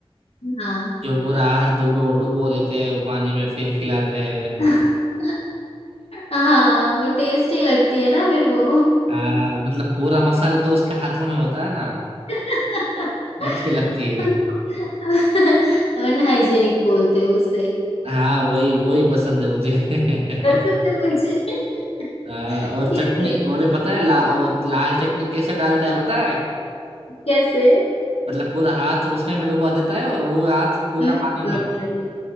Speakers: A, on the left; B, on the right.
A: हाँ
B: जो पूरा आहार डुबो डुबो देते हैं वो पानी में फिर खिलाते हैं
A: <laughs> हाँ और टेस्टी लगती है ना फिर वो
B: हाँ मतलब पूरा मसाला तो उसके हाथों में होता है ना
A: <laughs>
B: अच्छी लगती है
A: अनहाइजेनिक बोलते हैं उसे
B: हाँ वही वही पसंद है मुझे <laughs>
A: पसंद है मुझे <laughs>
B: हाँ और
A: ठीक
B: चटनी
A: है
B: और ये पता है ला, वो लाल चटनी कैसे डालता है पता है
A: कैसे
B: मतलब पूरा हाथ उसमें भी डुबा देता है और वो हाथ पूरा
A: हम्म,
B: पानी
A: डॉक्टर
B: में